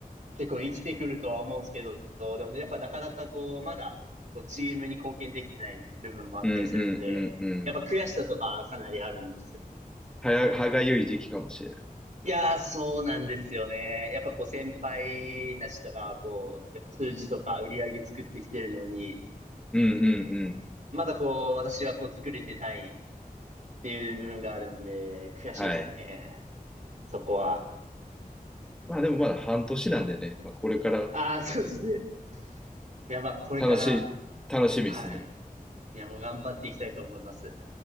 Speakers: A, on the right; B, in the centre.
A: 結構生きてくるとは思うんですけど、でもやっぱなかなかこう、まだこうチームに貢献できてない部分もあったりするんで、
B: うんうんうんうん。
A: やっぱ悔しさとかかなりあるんですよ。
B: はや、歯がゆい時期かもしれない。
A: いやー、そうなんですよね。やっぱこう先輩たちとか、こう、やっぱ数字とか売り上げ作ってきてるのに、
B: うんうんうん。
A: まだこう、私はこう作れてないっていう部分があるんで、悔しいですね。
B: はい。
A: そこは。
B: まあでもまだ半年なんでね、まあこれから
A: ああ、そうですね。いや、まあ、これから、
B: 楽し、楽しみですね。
A: はい。いや、もう頑張っていきたいと思います。